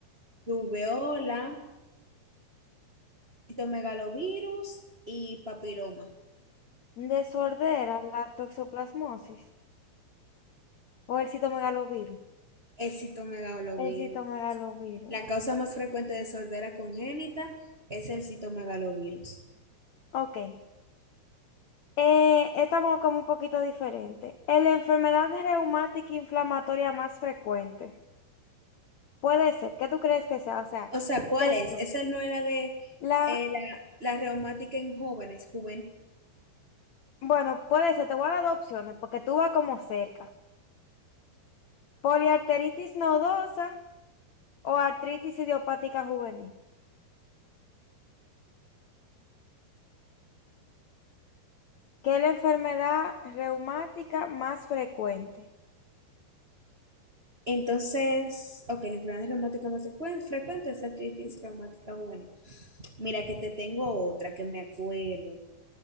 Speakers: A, on the right (about 25°); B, on the left (about 70°).
A: rubeola, citomegalovirus y papiloma.
B: Desordera la toxoplasmosis o el citomegalovirus.
A: El citomegalovirus.
B: El citomegalovirus.
A: La
B: ok.
A: causa más frecuente de sordera congénita es el citomegalovirus.
B: Ok. Eh, esta va como un poquito diferente. Es la enfermedad reumática inflamatoria más frecuente. Puede ser. ¿Qué tú crees que sea? O sea,
A: O sea, ¿cuál
B: te
A: es?
B: digo,
A: Esa no era de
B: la,
A: eh, la, la reumática en jóvenes, juvenil.
B: bueno, puede ser. Te voy a dar dos opciones porque tú vas como cerca. Poliarteritis nodosa o artritis idiopática juvenil, que es la enfermedad reumática más frecuente.
A: Entonces, ok, la enfermedad reumática más frecu- frecuente es la artritis reumática juvenil. Mira que te tengo otra que me acuerdo,